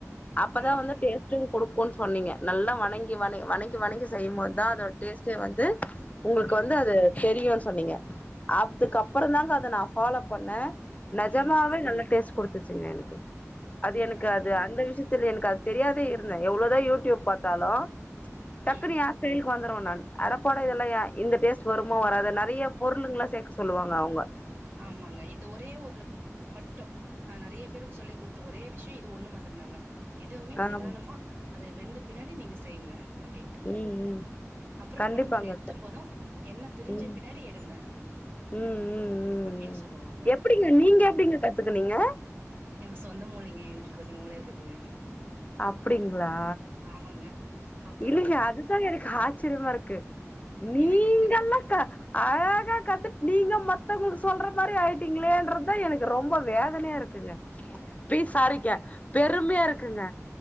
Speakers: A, on the left; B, on the right.
A: அப்பதா
B: ஆமாங்க
A: வந்து டேஸ்ட்டும் குடுக்குன் சொன்னிங்க நல்லா வணங்கி வண வணங்கி வணங்கி செய்மோத் தா அதோட டேஸ்ட் டு வந்து உங்குள்க்கு
B: ம்
A: வந்து அது தெரியுன் சொன்னிங்க அதுக்கு அப்றோ தாங்க அத நா ஃபாலோ பண்ண நெஜமாவே
B: ம்
A: நல்ல டேஸ்ட் குடுத்துச்சுங்க எனக்கு அது எனக்கு
B: நல்லதுங்க
A: அது அந்த விஷ்ய த்துல எனக் அது தெரியாதே இருந்தே எவ்ளோதா யூடியூப் பாத்தாலு டக்குனு
B: ம்
A: ஏ ஸ்டெய்ல்க்கு வந்துருவ நான் அடப்போட இதல்லாம் யார் இந்த டேஸ்ட் வருமோ வராதோ நெறய பொருளுங்லா சேக்க சொல்லுவாங்க அவுங்க
B: ஆமாங்க இந்த ஒரே ஒரு மட்டோ நா நெறய பேருக்கு சொல்லி் குடுத் த ஒரே விஷ்யோ இது ஒண்ணு மட்டந்தாங்க எதுவுமே
A: ஆமா
B: நிதானமா அது வெந்த பின்னாடி நீங்க செய்ங்க அப்டின்ட்டு
A: ம் ம்
B: அப்றோ
A: கண்டிப்பாங்க
B: கொழம்ப நிறுத்தும்போதும்
A: க
B: எண்ண பிரிஞ்ச
A: ம்
B: பின்னாடி எடுங்க
A: ம் ம்
B: அப்படின்னு
A: ம்
B: சொல்லுவாங்க
A: எப்டிங்க நீங்க எப்டிங்க கத்துக்குனீங்க
B: ஏங்க சொந்த மூளைங்க எனக்கு கொஞ்சோ மூள இருக்குதுங்க
A: அப்டிங்ளா
B: ஆமாங்க அப்
A: இல்லிங்க அதுதா எனக்கு ஆச்ரியமாருக்கு நீங்கல்லா
B: எனக்கு இருக்குன்றதுங்களா
A: கா அழகா கத்துட் நீங்க மத்தவுங்குளுக் சொல்ற மாரி ஆய்ட்டிங்ளேன்றதுதா எனக்கு ரொம்ப வேதனயா இருக்குங்க ப்ளீஸ் சாரிங்க பெருமியா இருக்குங்க